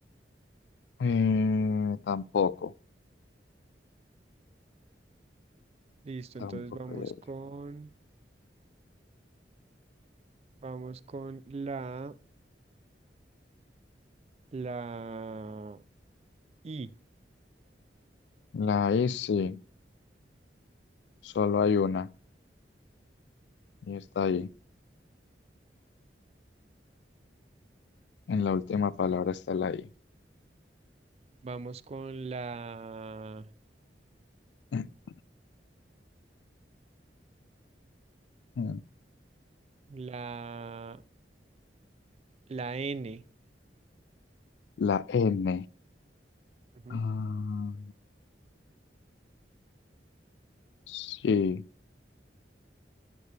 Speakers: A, on the left (about 70°); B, on the right (about 35°).
A: Eh, tampoco.
B: Listo,
A: Tampoco
B: entonces vamos
A: hay L.
B: con vamos con la la I.
A: La I sí. Solo hay una. Y está ahí. En la última palabra
B: Mm.
A: está la I.
B: Vamos con la
A: <clears throat> Mm.
B: la la N.
A: La N.
B: Ujú.
A: Ah, sí.